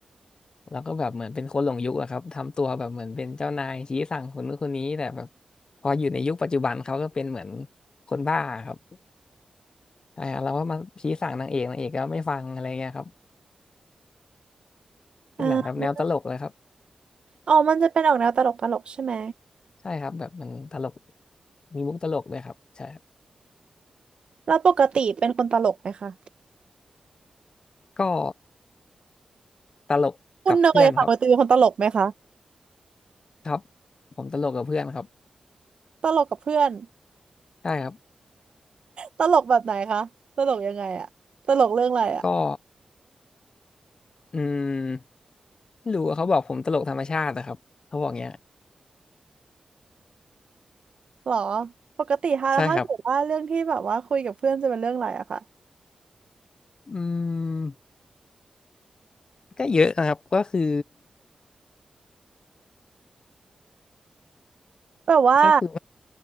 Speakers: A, on the left; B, on the right.
A: แล้วก็แบบเหมือนเป็นคนหลงยุคอะครับทำตัวแบบเหมือนเป็นเจ้านายชี้สั่งคนนู้นคนนี้แต่แบบพออยู่ในยุคปัจจุบัน เขาก็เป็นเหมือนคนบ้าครับอ่าเราก็มาชี้สั่งนางเอกนางเอกก็ไม่ฟังอะไรเงี้ยครับเป็นหนังแบบแนวตลกเลยครับ
B: อ่าอ๋อมันจะเป็นออกแนวตลกตลกใช่ไหม
A: ใช่ครับแบบมันตลกมีมุกตลกด้วยครับใช่ครับ
B: แล้วปกติเป็นคนตลกไหมคะ
A: ก็ตลกกับเพื่อนครับ
B: คุณเนยค่ะปกติเป็นคนตลกไหมคะ
A: ครับผมตลกกับเพื่อนครับ
B: ตลกกับเพื่อน
A: ใช่ครับ
B: ตลกแบบไหนคะตลกยังไงอะตลกเรื่องอะไรอะ
A: ก็อืมไม่รู้อะเขาบอกผมตลกธรรมชาตินะครับเขาบอกเงี้ย
B: หรอปกติถ้าถ้าเกิดว่าเรื่องที่แบบว่าคุยกับเพื่อนจะเป็นเรื่องอะไรอะค่ะ
A: ใช่ครับอืมก็เยอะนะครับก็คือ
B: แบบว่า
A: ก็คือ